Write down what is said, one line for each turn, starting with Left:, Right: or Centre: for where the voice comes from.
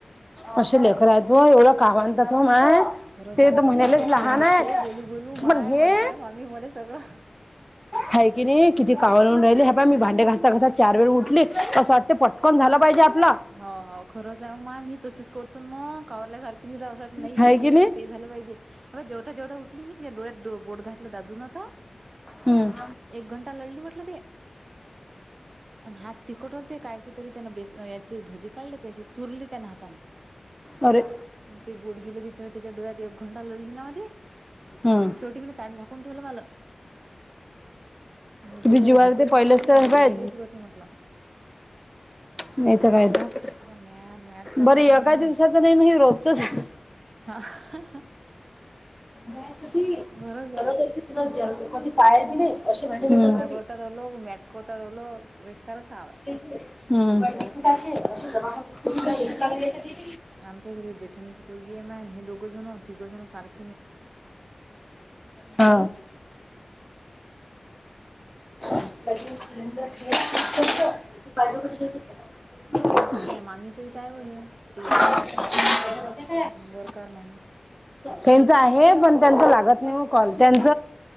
Centre: कशे लेकर आहेत. हो एवढं काव आनतात हो माय
Right: खरंच
Centre: ते
Right: आणता
Centre: तर म्हणालेच
Right: तो आपलं
Centre: लहान
Right: तोंड दुखते
Centre: आहेत
Right: हो बोलू बोलू माय
Centre: पण हे
Right: माहित आहे मामी मला सगळं
Centre: हाय की नाही किती कावऊन राहिले हे पाय मी भांडे घासता, घासता चार वेळ उठले असं वा ते पटकन झालं पाहिजे आपल.
Right: हो हो. खरंच आहे म मी तशीच करतो मग कावल्यासारख. किकनीरावासाठी नाही
Centre: हाय
Right: हे झालं
Centre: की
Right: पाहिजे ते झालं पाहिजे. अ जेवता जेवता उठली मी तिच्या डोळ्यात बोट घातला दिदूून आता.
Centre: हम्म.
Right: एक घंटा लढली म्हटलं ते. आणि हात तखट होते कायचे तरी त्यांना बेस भजी काढले तेशी चुरली त्यान हातान.
Centre: अरे.
Right: आणि ते बोट गिले बिचार त्याच्या डोळ्यात एक घंटा लढली ना ती.
Centre: हम्म
Right: शेवटी म ताट झाक कोण ठेवलं मलं म्हटलं
Centre: किती
Right: जो आता
Centre: जीवावर
Right: भूक मोळ झाली ना आता
Centre: काय
Right: जेवायलाही पुरत नाही म्हटलं.
Centre: नाही तर काय तर.
Right: मॅट मॅट करतात
Centre: बर एका
Right: ना माय
Centre: दिवसाच नाही नाही रोजचच हाय.
Right: हा.
Centre: करत
Right: घरच आहे
Centre: सुद्धा ज कधी पाया ब नाही. असे भांडे
Right: धिंगाणा
Centre: भेटत
Right: कोळतातवलोग मेट कोळतातवलो बेकार काम हे.
Centre: हम्म.
Right: आमच्या घरी हे जेठाणीची पोगी ए मान हे दोघं जण तिघ जण सारख
Centre: हा. <unintelligible> <unintelligible>
Right: मला वाटतं त्या मामीच इथं आहे व हे ते उंबरकार मामी
Centre: त्यांच आहे पण त्यांच लागत नाही कॉल त्यांच